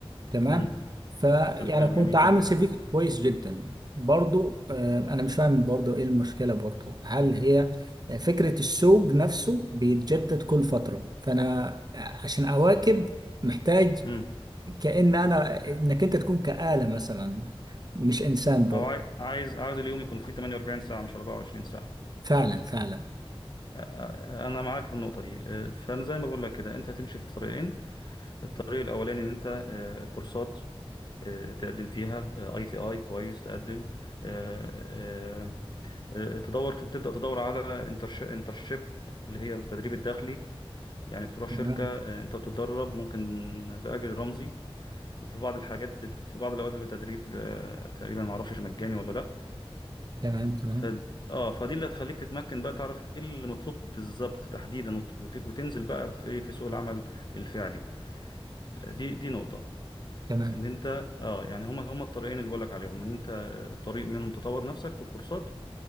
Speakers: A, on the right; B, on the left.
A: تمام
B: مم.
A: فيعني
B: تمام
A: كنت
B: جميل
A: عامل
B: جدا
A: سي في كويس جدا برضو آه، انا مش فاهم برضو ايه المشكله برضو هل هي فكره السوق نفسه بيتجدد كل فتره فانا عشان اواكب محتاج
B: مم.
A: كأن انا انك انت تكون كآلة مثلا مش انسان برضو
B: او عاي- عايز عايز اليوم يكون فيه 48 ساعة مش 24 ساعة
A: فعلا فعلا
B: أ- أ- انا معاك في النقطة دي أ، فانا زي ما بقول لك كده انت هتمشي في طريقين الطريق الاولاني ان انت آه، كورسات آه، تقدم فيها اي تي اي كويس تقدم آه، آه، آه، تدور تبدا تدور على انترشيب اللي هي التدريب الداخلي يعني بتروح شركه
A: تمام
B: آه، انت بتتدرب ممكن باجر رمزي وفي بعض الحاجات بت... في بعض الاوقات بيبقى تدريب آه، تقريبا ما اعرفش مجاني ولا لا
A: تمام تمام
B: ف... اه فدي اللي هتخليك تتمكن بقى تعرف ايه اللي مطلوب بالظبط تحديدا وت... وت- وتنزل بقى في ايه في سوق العمل الفعلي دي دي نقطة
A: تمام
B: ان انت اه يعني هما هما الطريقين اللي بقولك عليهم ان انت آه، طريق منهم تطور نفسك في الكورسات